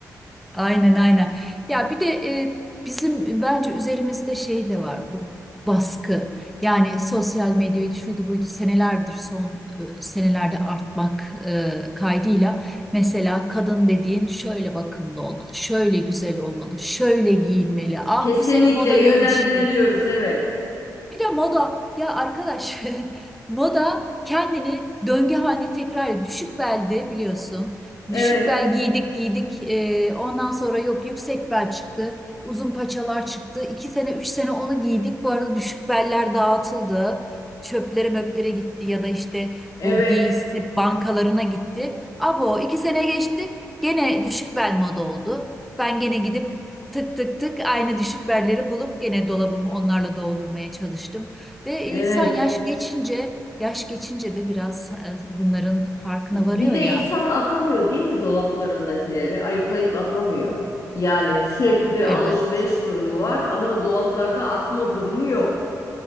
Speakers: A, in the centre; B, on the left.
A: Aynen aynen. Ya bir de e, bizim bence üzerimizde şey de var bu baskı. Yani sosyal medyaydı şuydu buydu senelerdir son e, senelerde artmak e, kaydıyla mesela kadın dediğin şöyle bakımlı olmalı, şöyle güzel olmalı, şöyle giyinmeli.
B: <laughs>
A: Ah
B: kesinlikle
A: bu sene moda
B: yönlendiriliyoruz.
A: değişti.
B: Evet.
A: Bir de moda ya arkadaş <laughs> moda kendini döngü haline tekrar ediyor. Düşük belde biliyorsun.
B: Evet.
A: Düşük bel giydik giydik Ee, ondan sonra yok yüksek bel çıktı. Uzun paçalar çıktı. iki sene üç sene onu giydik. Bu arada düşük beller dağıtıldı. Çöplere möplere gitti ya da işte
B: Evet.
A: bu giysi bankalarına gitti. Abo iki sene geçti gene düşük bel moda oldu. Ben gene gidip Tık tık tık aynı düşük belleri bulup gene dolabımı onlarla doldurmaya çalıştım. Ve
B: Evet.
A: insan yaş geçince, yaş geçince de biraz e, bunların farkına
B: Bir
A: varıyor
B: de
A: ya.
B: insan atamıyor değil mi dolaplarındakileri? Ayıklayıp atamıyor. Yani sürekli bir
A: Evet.
B: alışveriş durumu var ama dolaplarda atma durumu yok.